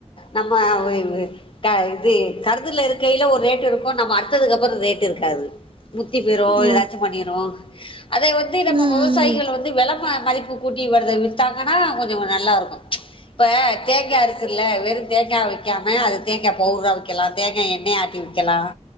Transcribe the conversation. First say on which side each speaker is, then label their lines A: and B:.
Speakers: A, on the left (about 45°); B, on the right (about 45°).
A: நம்ம வே வே க இது கருதுல இருக்கில ஒரு ரேட்டு் இருக்கும் நம்ம அடுத்ததுக்குப்புறம் ரேட்டு இருக்காது முத்தி போயிரோ
B: ஆ
A: ஏதாச்சும் பண்ணிரோ ஹ அதை வந்து நம்ம
B: ம் ம்
A: விவசாயிகள் வந்து விள மதிப்பு கூட்டி வித்தாங்கன்னா கொஞ்சம் நல்லா இருக்கும் ச்சு இப்ப தேங்காய் இருக் ல்ல வெறுக் தேங்க வைக்காம அது தேங்க் பவுடர்ரா வைக்கலாம் தேங்காய் எண்ணெய் ஆட்டி விக்கலாம்